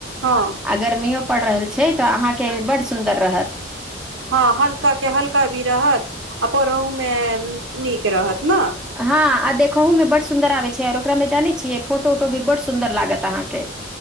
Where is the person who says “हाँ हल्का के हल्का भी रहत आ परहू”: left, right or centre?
Right